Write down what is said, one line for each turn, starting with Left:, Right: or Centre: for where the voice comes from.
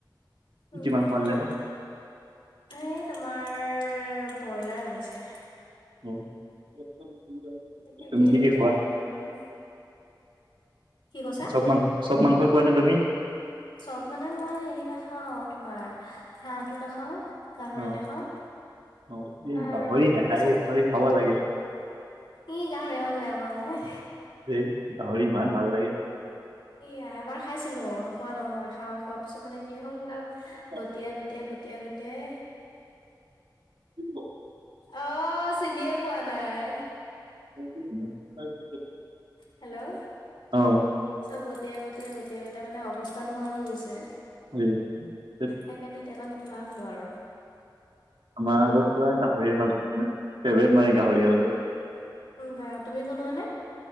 Left: উম
Right: কি মাংস
Left: তাকে
Right: আনিলা বা?
Left: এ তোমাৰ ব্ৰইলাৰ আনিছে।
Right: <inaudible>
Left: তাকে গ্ৰেভি
Right: কি কি খোৱা?
Left: টাইপ বনাম আৰু, কি কৈছা?
Right: চব মাংস চব মাংসই খোৱা নে তুমি?
Left: চব মানে মই হেৰি নাখাও তোমাৰ হাঁহটো নাখাওঁ। গাহৰি
Right: অ,
Left: নাখাওঁ
Right: অ, এই
Left: আৰু
Right: গাহৰি নাখায়,
Left: বাকী চব
Right: গাহৰি
Left: খাওঁ।
Right: খাব লাগে।
Left: ই গাহৰি ইমান বেয়া পাওঁ মই।
Right: ধেই গাহৰি ইমান ভাল লাগে।
Left: এ এবাৰ খাইছিলো নোখোৱা নহয়। খাওঁ খোৱা পিছত মানে কি হ'ল কা
Right: অ,
Left: বতিয়াই, বতিয়াই, বতিয়াই, বতি <unintelligible>
Right: উম।
Left: অ' চিনিয়ে পোৱা নাই।
Right: <unintelligible>
Left: হেল্ল'
Right: <inaudible>
Left: চব বতিয়াই বতিয়াই বতিয়াই বতিয়াই মানে অৱস্থা নোহোৱা হৈ গৈছে।
Right: <unintelligible>
Left: সেইকাৰণে তেতিয়াবা নোখোৱা হ'লো আৰু।
Right: আমাৰ আকৌ পুৰা গাহৰিয়ে ভাল পাওঁ মানে ফেভৰেট মানে গাহৰি আৰু পুৰা।
Left: বা তুমি বনোৱা নে?